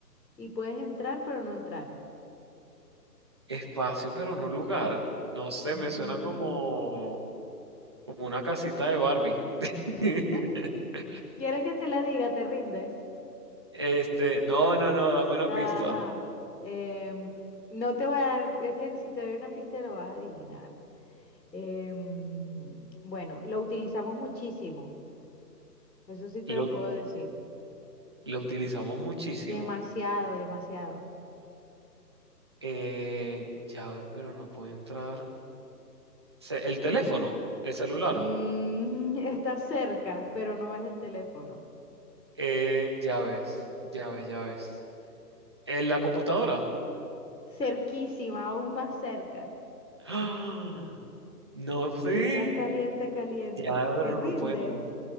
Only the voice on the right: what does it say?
espacio, pero no lugar. No sé,
me suena como, como una casita de Barbie.
<laughs>
Este, no, no, no, dame una
pista.
Lo,
lo utilizamos muchísimo.
Eh, llave, pero no puede entrar. Se- El teléfono, el celular.
Eh, llaves, llaves, llaves. en la computadora.
¡Ah! No, sí,
ya, pero
no cuenta.